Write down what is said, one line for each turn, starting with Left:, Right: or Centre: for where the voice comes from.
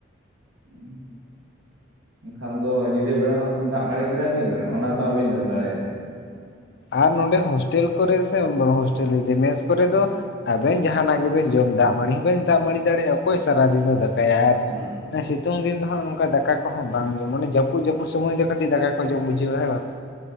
Right: ᱦᱩᱸ ᱾ ᱮᱱᱠᱷᱟᱱ ᱫᱚ ᱧᱤᱫᱟᱹ ᱵᱮᱲᱟ ᱦᱚᱸ ᱠᱷᱟᱱ ᱫᱟᱜ ᱢᱟᱲᱤ ᱠᱮᱫᱟ ᱵᱤᱱ ᱚᱱᱟ ᱥᱟᱣ ᱦᱚᱸ ᱵᱤᱱ ᱡᱚᱢ ᱫᱟᱲᱮᱭᱟᱜᱼᱟ ᱾
Left: ᱟᱨ ᱱᱚᱰᱮ ᱦᱳᱥᱴᱮᱞ ᱠᱚᱨᱮ ᱥᱮ ᱦᱳᱥᱴᱮᱞ ᱤᱧ ᱢᱮᱱ ᱢᱮᱥ ᱠᱚᱨᱮ ᱫᱚ ᱾ ᱟᱵᱮᱱ ᱡᱟᱦᱱᱟᱜ ᱜᱮᱵᱮᱱ ᱡᱚᱢ ᱫᱟᱜ ᱢᱟᱹᱲᱤ ᱦᱚᱸ ᱵᱮᱱ ᱫᱟᱜ ᱢᱟᱹᱲᱤ ᱫᱟᱲᱮᱭᱟᱜᱼᱟ ᱚᱠᱚᱭ ᱥᱟᱨᱟ ᱫᱤᱱᱮ ᱫᱟᱠ ᱠᱟᱭ ᱟᱨ
Right: ᱦᱮᱸ
Left: ᱥᱤᱛᱩᱝ ᱫᱤᱱ ᱫᱚ ᱦᱟᱸᱜ ᱱᱚᱝᱠᱟ ᱫᱟᱠᱟ ᱠᱚᱦᱚᱸ ᱵᱟᱝ ᱡᱚᱢᱼᱟ ᱢᱟᱱᱮ ᱡᱟᱹᱯᱩᱫ ᱡᱟᱹᱯᱩᱫ ᱾ ᱠᱩᱢᱟᱹᱜ ᱫᱚ ᱠᱟᱹᱴᱤᱡ ᱫᱟᱠᱟ ᱠᱚ ᱡᱚᱢ ᱩᱪᱤᱛ ᱦᱮᱸ ᱵᱟᱝ ᱾